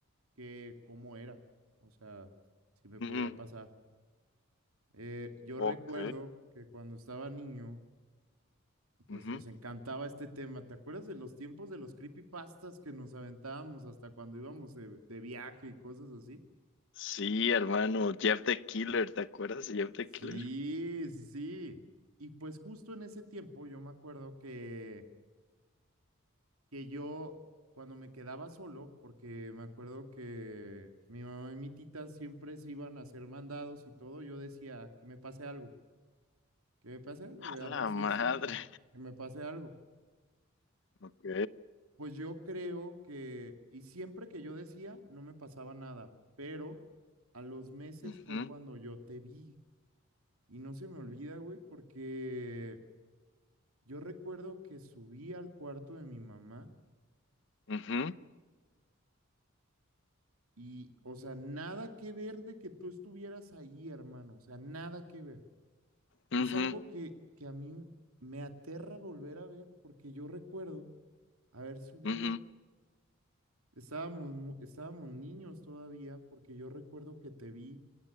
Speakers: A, on the right; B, on the left.
A: qué, cómo era, o sea, si me
B: ujú.
A: podía pasar. Eh, yo
B: Ok.
A: recuerdo que cuando estaba niño, Pues
B: ujú.
A: nos encantaba este tema. ¿Te acuerdas de los tiempos de los creepypastas que nos aventábamos hasta cuando íbamos de, de viaje y cosas así?
B: Sí, hermano, Jeff the Killer, ¿te acuerdas de Jeff the
A: Sí,
B: Killer?
A: sí, sí. Y pues justo en ese tiempo yo me acuerdo que, que yo cuando me quedaba solo, porque me acuerdo que mi mamá y mi tita siempre se iban a hacer mandados y todo, yo decía que me pase algo, que me pase algo, veamos
B: A la
A: si
B: madre.
A: es cierto, que me pase algo.
B: Ok.
A: Pues yo creo que, y siempre que yo decía, no me pasaba nada, pero a los meses
B: Ujú,
A: fue cuando yo te vi. Y no se me olvida, güey, porque yo recuerdo que subí al cuarto de mi mamá
B: ujú,
A: y, o sea, nada que ver de que tú estuvieras ahí, hermano, o sea, nada que ver.
B: ujú,
A: Es algo que, que a mí me aterra volver a ver porque yo recuerdo haber subido,
B: ujú,
A: estábamos, mu- estábamos niños todavía, porque yo recuerdo que te vi